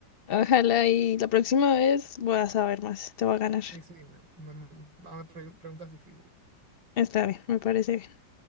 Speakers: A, on the left (about 65°); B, on the right (about 85°).
A: Ojalá y la próxima vez voy a saber más. Te voy a ganar.
B: Sí, sí, me, me- dame preguntas difíciles.
A: Está bien, me parece bien.